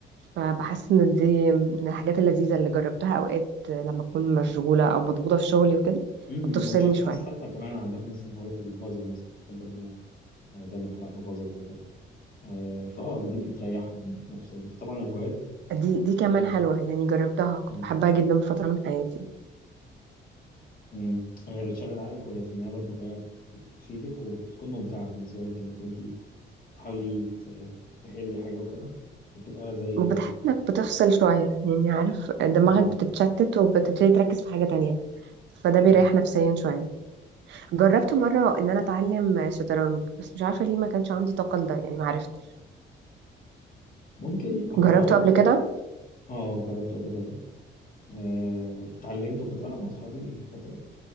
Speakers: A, on the right; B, on the left.
A: فبحس إن دي من الحاجات اللذيذة اللي جربتها أوقات لما أكون مشغولة أو مضغوطة في شغلي وكده
B: مم.
A: فبتفصلني
B: انا شفت
A: شوية
B: ناس حتى كمان عندها مثلا هواية البازل مثلا تحب ان هي آه، دايما تلعب ببازل وكده آه، فاه دي بتريحهم نفسيا فطبعا الهوايات
A: دي دي كمان
B: آه،
A: حلوة يعني جربتها كنت
B: مم،
A: بحبها جدا في فترة من حياتي
B: مم، هي بتشغل عقلك وهي في النهايه برضه هوايه بتفيدك وبتكون ممتعه بالنسبه لك انك انت بتحاولي ت- تحلي حاجه وكده فبتبقى زي
A: وبتحس انك بتفصل شوية يعني عارف دماغك
B: اه
A: بتتشتت وبتبتدي تركز في حاجة تانية فده بيريح
B: مم.
A: نفسيا شوية جربت مرة ان انا اتعلم شطرنج بس مش عارفة ليه ما كانش عندي طاقة لده يعني ما عرفتش
B: ممكن هو
A: جربته
B: اه
A: قبل كده
B: اه جربته قبل كده آه، واتعلمت وكنت بلعب مع اصحابي فتره